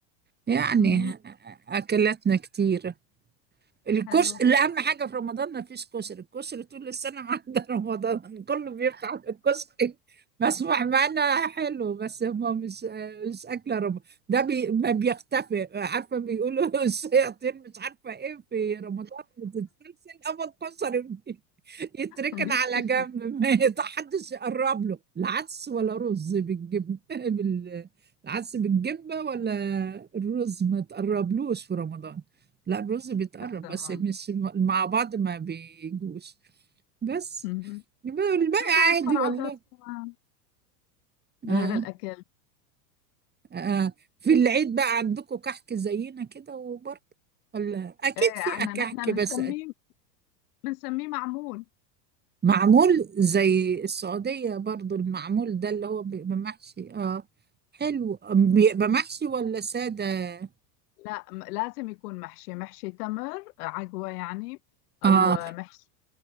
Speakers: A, on the right; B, on the left.
A: يعني
B: مهم.
A: أكلاتنا كتيرة الكشري
B: حلو
A: اللي اهم حاجه في رمضان ما فيش كشري الكشري طول السنه ما عدا <laughs> رمضان كله بيفتح على الكشري مسموح معانا حلو بس هم مش مش اكله رمضان ده بي ما بيختفي عارفه بيقولوا <laughs> الشياطين مش عارفه ايه في رمضان بتتسلسل اما الكشري <laughs> يتركن
B: بيختفي
A: على جنب ما حدش يقرب له لا عدس ولا رز بالجبن <laughs> بال... العدس بالجبه ولا الرز ما تقربلوش في رمضان لا الرز بيتقرب
B: تمام
A: بس مش مع بعض ما بيجوش بس
B: مهم.
A: يبقى الباقي
B: شو في عندكم
A: عادي والله
B: عادات كمان
A: آه
B: غير الأكل
A: آه في العيد بقى عندكم كحك زينا كده وبرضه ولا اكيد
B: ايه
A: في
B: عنا
A: كحك
B: نحن
A: بس
B: بنسميه بنسميه معمول
A: معمول زي السعودية برضه المعمول ده اللي هو بيبقى محشي اه حلو أم- بيبقى محشي ولا سادة
B: لا م- لازم يكون محشي محشي تمر عجوة يعني أو
A: اه
B: محشي